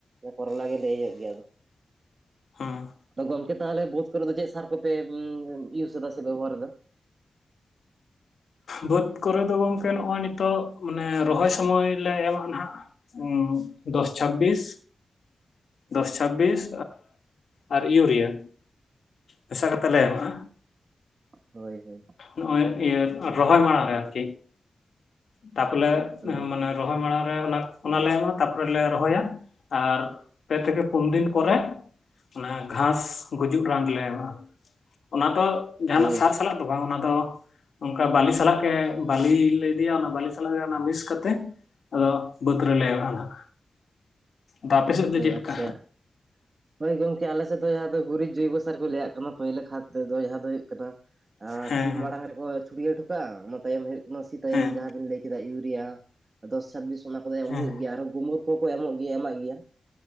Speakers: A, on the right; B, on the left.
A: ᱠᱚᱨᱚᱞᱟ ᱜᱮ ᱞᱟᱹᱭ ᱦᱩᱭᱩᱜ ᱜᱮᱭᱟ ᱟᱫᱚ
B: ᱦᱮᱸ
A: ᱟᱫᱚ ᱜᱚᱝᱠᱮ ᱛᱟᱦᱚᱞᱮ ᱵᱟᱹᱫ ᱠᱚ ᱨᱮ ᱫᱚ ᱪᱮᱫ ᱥᱟᱨ ᱠᱚ ᱯᱮ ᱤᱭᱩᱥ ᱮᱫᱟ ᱥᱮ ᱵᱮᱵᱚᱦᱟᱨ ᱮᱟ
B: ᱵᱟᱹᱫᱽ ᱠᱚ ᱨᱮᱫᱚ ᱜᱚᱢᱠᱮ ᱱᱚᱜᱼᱚᱭ ᱱᱤᱛᱚᱜ ᱢᱟᱱᱮ ᱨᱚᱦᱚᱭ ᱥᱚᱢᱚᱭ ᱞᱮ ᱮᱢᱟ ᱱᱟᱦᱟᱜ ᱩ ᱫᱚᱥ ᱪᱷᱟᱵᱽᱵᱤᱥ ᱫᱚᱥ ᱪᱷᱟᱵᱽᱵᱤᱥ ᱟᱨ ᱤᱭᱩᱨᱤᱭᱟᱹ ᱢᱮᱥᱟ ᱠᱟᱛᱮᱫ ᱞᱮ ᱮᱢᱟᱜᱼᱟ
A: ᱦᱳᱭ ᱦᱳᱭ
B: ᱱᱚᱜᱼᱚᱭ ᱤᱭᱟᱹ ᱨᱚᱦᱚᱭ ᱢᱟᱲᱟᱝ ᱨᱮ ᱟᱨᱠᱤ ᱛᱟᱯᱚᱨᱮ
A: ᱦᱮᱸ
B: ᱚᱱᱮ ᱨᱚᱦᱚᱭ ᱢᱟᱲᱟᱝ ᱨᱮ ᱚᱱᱟ ᱞᱮ ᱮᱢᱟᱜᱼᱟ ᱛᱟᱨᱯᱚᱨᱮ ᱞᱮ ᱨᱚᱦᱚᱭᱟ ᱟᱨ ᱯᱮ ᱛᱷᱮᱠᱮ ᱯᱩᱱ ᱫᱤᱱ ᱯᱚᱨᱮ ᱚᱱᱟ ᱜᱷᱟᱥ ᱜᱩᱡᱩᱜ ᱨᱟᱱ ᱞᱮ ᱮᱢᱟᱜᱼᱟ ᱚᱱᱟ ᱫᱚ ᱡᱟᱦᱟᱸᱱᱟᱜ
A: ᱦᱮᱸ
B: ᱥᱟᱨ ᱥᱟᱞᱟᱜ ᱫᱚ ᱵᱟᱝ ᱚᱱᱟ ᱫᱚ ᱚᱱᱠᱟ ᱵᱟᱹᱞᱤ ᱥᱟᱞᱟᱜ ᱜᱮ ᱵᱟᱹᱞᱤ ᱞᱮ ᱤᱫᱤᱭᱟ ᱚᱱᱟ ᱵᱟᱞᱤ ᱥᱟᱞᱟᱜ ᱜᱮ ᱚᱱᱟ ᱢᱤᱠᱥ ᱠᱟᱛᱮ ᱟᱫᱚ ᱵᱟᱹᱫᱽ ᱨᱮᱞᱮ ᱮᱨᱟᱜᱼᱟ ᱱᱟᱜ ᱫᱟ ᱟᱯᱮ ᱥᱮᱫ ᱫᱚ ᱪᱮᱫ ᱞᱮᱠᱟ
A: ᱟᱪᱪᱷᱟ ᱦᱳᱭ ᱜᱚᱝᱠᱮ ᱟᱞᱮ ᱥᱮᱫ ᱫᱚ ᱡᱟᱦᱟᱸ ᱫᱚ ᱜᱩᱨᱤᱡ ᱡᱚᱭᱵᱚ ᱥᱟᱨ ᱠᱚ ᱞᱟᱹᱭᱟᱜ ᱠᱟᱱᱟ ᱯᱳᱭᱞᱟᱹ ᱠᱷᱟᱛ ᱛᱮᱫᱚ ᱡᱟᱦᱟᱸ ᱫᱚ ᱦᱩᱭᱩᱜ ᱠᱟᱱᱟ
B: ᱦᱮᱸ
A: ᱥᱤ
B: ᱦᱮᱸ
A: ᱢᱟᱲᱟᱝ ᱨᱮᱠᱚ ᱪᱷᱩᱲᱭᱟᱹ ᱴᱚ ᱠᱟᱜᱼᱟ ᱚᱱᱟ ᱛᱟᱭᱚᱢ ᱦᱩᱭᱩᱜ ᱚᱱᱟ ᱥᱤ ᱛᱟᱭᱚᱢ
B: ᱦᱮᱸ
A: ᱡᱟᱦᱟᱸᱵᱤᱱ ᱞᱟᱹᱭ ᱠᱮᱫᱟ ᱤᱭᱩᱨᱤᱭᱟᱹ ᱫᱚᱥ ᱪᱷᱟᱵᱽᱵᱤᱥ ᱚᱱᱟ ᱠᱚᱫᱚ ᱮᱢ
B: ᱦᱮᱸ
A: ᱦᱩᱭᱩᱜ ᱜᱮᱭᱟ ᱟᱨ ᱦᱚᱸ ᱜᱩᱢᱩᱨ ᱠᱚ ᱦᱚᱸ ᱠᱚ ᱮᱢᱚᱜ ᱜᱮᱭᱟ ᱮᱢᱟᱜ ᱜᱮᱭᱟ